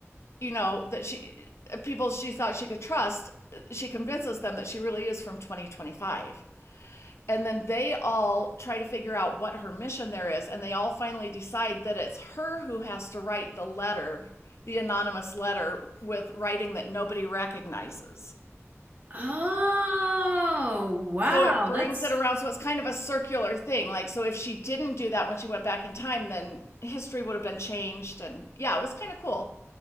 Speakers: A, on the left (about 60°); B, on the right (about 35°).
A: you know, that she people she thought she could trust, she convinces them that she really is from 2025. And then they all try to figure out what her mission there is, and they all finally decide that it's her who has to write the letter, the anonymous letter with writing that nobody recognizes.
B: Oh, wow.
A: So it brings
B: That's
A: it around. So it's kind of a circular thing. Like, so if she didn't do that when she went back in time, then history would have been changed. And yeah, it was kind of cool.